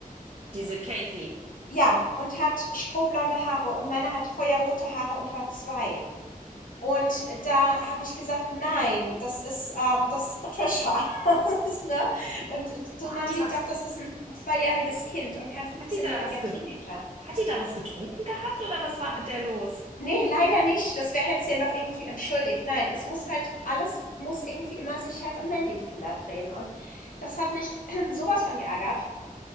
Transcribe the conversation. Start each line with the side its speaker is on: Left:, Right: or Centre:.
Right: Diese Kathy.
Left: Ja, und hat strohblonde Haare und meine hat feuerrote Haare und war zwei. Und da habe ich gesagt, nein, das ist, ähm, das ist Patricia. <laughs> ne? Und so,
Right: Oh, hat
Left: man
Right: die
Left: sieht
Right: was,
Left: doch, das ist ein zweijähriges Kind und kein 15-jähriger
Right: hat die da was ge,
Left: Teenager.
Right: hat die da was getrunken gehabt oder was war mit der los?
Left: Nee, leider nicht. Das wäre hätte sie ja noch irgendwie entschuldigt. Nein, es muss halt, alles muss irgendwie immer sich halt um Mandys Kinder drehen. Und das hat mich <clears throat> sowas von geärgert.